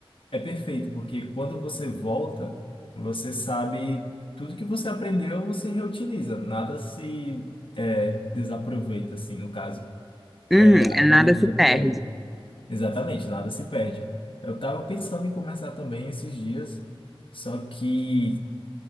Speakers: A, on the left (about 60°); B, in the centre.
A: é perfeito, porque quando você volta, você sabe tudo que você aprendeu, você reutiliza. Nada se, é, desaproveita, assim, no caso. É,
B: Uhum,
A: a academia
B: nada se perde.
A: também. Exatamente, nada se perde. Eu tava pensando em começar também esses dias, só que